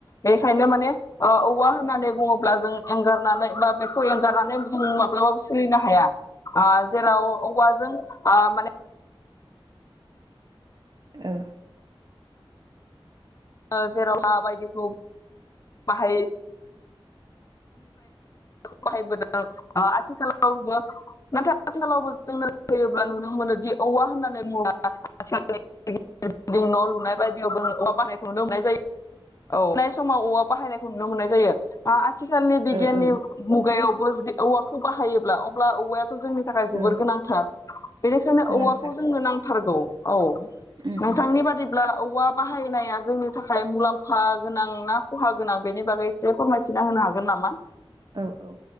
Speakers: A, on the left; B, on the right.
A: बेखायनो माने ओ औवा होननानै बुङोब्ला जों एंगारनानै बा बेखौ एंगारनानै जों माब्लाबाबो सोलिनो हाया। आ जेराव औवाजों आ माने
B: औ
A: ओ जेराव ला बायदिखौ बाहाय <inaudible> बाहायबोदों ओ आथिखालावबो नाथाय आथिखालावबो जोंनो होयोब्ला नुनो मोनोदि औवा होननानै मुवा <unintelligible> <inaudible> न' लुनाय बायदियावबो औवा बाहाय नुनो मोननाय जायो औ नाय समाव औवा बाहायनायखौ नुनो मोननाय जायो आ आथिखालनि बिगियाननि
B: औ औ
A: मुगायाव बो जुदि औवाखौ बाहायोब्ला अब्ला औवा थ' जोंनि थाखाय जोबोर
B: ओ
A: गोनांथार बेनिखायनो
B: गोनांथार
A: औवाखौ जोंनो नां थारगौ औ
B: उम
A: नोंथांनि
B: उम
A: बादिब्ला औवा बाहायनाया नि थाखाय मुलाम्फा गोनां ना खहा गोनां बेनि बागै एसे फोरमायथिना होनो हागोन नामा?
B: औ औ